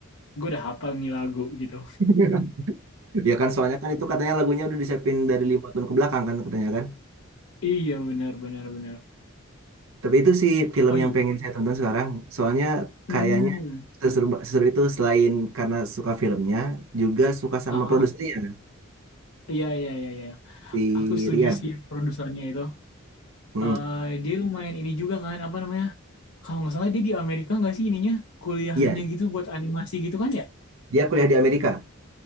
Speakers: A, on the left; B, on the right.
A: gue udah hafal nih lagu gitu.
B: <laughs> Ya kan soalnya kan itu katanya lagunya udah disiapin dari lima tahun ke belakang kan katanya kan.
A: Iya benar benar benar.
B: Tapi itu sih film
A: Oh iya.
B: yang pengen saya tonton sekarang. Soalnya
A: Hmm.
B: kayaknya seseru, seseru itu selain karena suka filmnya, juga suka sama
A: Ah,
B: produsernya,
A: iya iya iya iya.
B: si
A: Aku setuju
B: Rian.
A: sih produsernya itu.
B: Mm.
A: Eh dia lumayan ini juga kan apa namanya? Kalau nggak salah dia di Amerika nggak sih ininya kuliahnya
B: Iya,
A: gitu buat animasi gitu kan ya?
B: dia kuliah di Amerika.